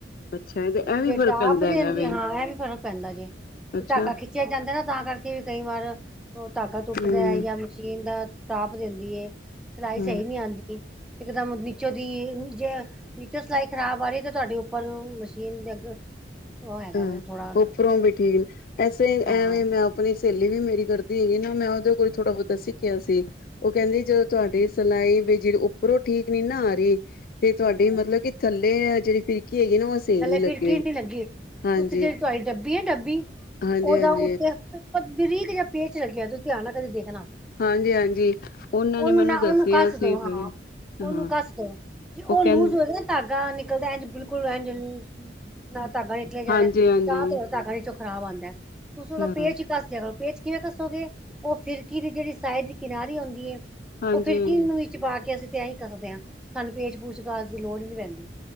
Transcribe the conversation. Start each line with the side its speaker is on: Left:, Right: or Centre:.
Left: ਅੱਛਾ ਤੇ ਇਹ ਵੀ
Centre: ਜੇ
Left: ਫ਼ਰਕ
Centre: ਟਾਪ
Left: ਪੈਂਦਾ
Centre: ਦੇ
Left: ਹੈਗਾ ਵੇ
Centre: ਹਾਂ ਐ ਵੀ ਫਰਕ ਪੈਂਦਾ ਜੇ
Left: ਅੱਛਾ
Centre: ਵੀ ਧਾਗਾ ਖਿੱਚਿਆ ਜਾਂਦਾ ਨਾ ਤਾਂ ਕਰਕੇ ਵੀ ਕਈ ਵਾਰ ਉਹ ਧਾਗਾ ਤੱ
Left: ਹੂੰ
Centre: ਜਾਂ ਮਸ਼ੀਨ ਦਾ ਟਾਪ ਦਿੰਦੀ ਏ ਸਿਲਾਈ
Left: ਹਾਂ
Centre: ਸਹੀ ਨਹੀਂ ਆਉਂਦੀ ਇਕਦਮ ਨੀਚੋਂ ਦੀ ਜੇ ਨੀਚੋਂ ਸਿਲਾਈ ਖ਼ਰਾਬ ਆ ਰੀ ਤੇ ਤੁਆਡੀ ਉੱਪਰ ਨੂੰ ਮਸ਼ੀਨ ਦੇ ਅੱਗੇ- ਉਹ ਹੈਗਾ
Left: ਹਾਂ-
Centre: ਵੇ ਥੋੜਾ
Left: ਉਪਰੋਂ ਵੀ ਠੀਕ । ਐਸੇ
Centre: ਹਾਂ
Left: ਐਵੇਂ ਮੈਂ ਆਪਣੀ- ਸੇਲੀ ਵੀ ਮੇਰੀ ਕਰਦੀ ਹੈਗੀ ਨਾ। ਮੈਂ ਉਦੇ ਕੋਲ ਥੋੜਾ ਬੋਤਾ ਸਿੱਖਿਆ ਸੀ। ਓ ਕੇਂਦੀ ਜਦੋਂ ਤੁਆਡੀ ਸਿਲਾਈ- ਫੇਰ ਜੇ ਉੱਪਰੋਂ ਠੀਕ ਨੀ ਨਾ ਆ ਰੀ ਤੇ
Centre: ਹੂੰ
Left: ਤੁਆਡੇ ਮਲਬ ਕਿ ਥੱਲੇ- ਏ ਜੇੜੀ ਫਿਰ- ਕੀ ਹੈਗੀ ਨਾ ਓ ਸਈ
Centre: ਥੱਲੇ
Left: ਨੀ ਲੱਗੀ
Centre: ਫਿਰਕੀ
Left: ਹੋਈ।
Centre: ਨੀ ਲੱਗੀ
Left: ਹਾਂਜੀ
Centre: ਤੁਸੀਂ ਜੇੜੀ ਤੁਆਡੀ ਡੱਬੀ ਏ ਡੱਬੀ।
Left: ਹਾਂਜੀ
Centre: ਉਦਾ
Left: ਹਾਂਜੀ
Centre: ਉੱਤੇ- ਬਰੀਕ ਜਿਆ ਪੇਚ ਲੱਗਿਆ ਤੁਸੀਂ ਧਿਆਨ ਨਾ ਕਦੇ ਦੇਖਣਾ।
Left: ਹਾਂਜੀ -ਹਾਂਜੀ ਉਨਾਂ
Centre: ਉਹਨੂੰ
Left: ਨੇ ਮੈਨੂੰ
Centre: ਨਾ
Left: ਦੱਸਿਆ
Centre: ਉਹਨੂੰ ਕੱਸ
Left: ਸੀ
Centre: ਦੋ
Left: <unintelligible> ।ਫੇਰ
Centre: ਹਾਂ ਉਹਨੂੰ
Left: ਹਾਂ
Centre: ਕੱਸ ਦੋ ਜੇ
Left: ਉਹ ਕੇਂਦ-
Centre: ਲੂਜ ਹੋਏਗਾ ਨਾ ਧਾਗਾ ਨਿਕਲਦਾ ।ਬਿਲਕੁਲ ਏਂਜ ਜ ਨਾ- <unintelligible>
Left: ਹਾਂਜੀ ਹਾਂਜੀ
Centre: ਖ਼ਰਾਬ ਆਂਦਾ। ਤੁਸੀਂ ਉਦਾ
Left: ਹਾਂ
Centre: ਪੇਚ ਈ ਕੱਸ ਦਿਆ ਕਰੋ। ਪੇਚ ਕਿਵੇਂ ਕੱਸੋਗੇ? ਓ ਫਿਰਕੀ ਦੀ ਜੇੜੀ ਸਾਈਡ ਦੀ ਕਿਨਾਰੀ ਹੁੰਦੀ ਏ-
Left: ਹਾਂਜੀ
Centre: ਓ ਫਿਰਕੀ
Left: ਹਾਂਜੀ
Centre: ਨੂੰ ਵਿਚ ਪਾ ਕੇ ਅਸੀਂ- ਇਆਂ ਹੀ ਕੱਸਦੇ ਆਂ। ਸਾਨੂੰ ਪੇਚ ਪੂਚ ਕਾਜ ਦੀ ਲੋੜ ਈ ਨੀ ਪੈਂਦੀ।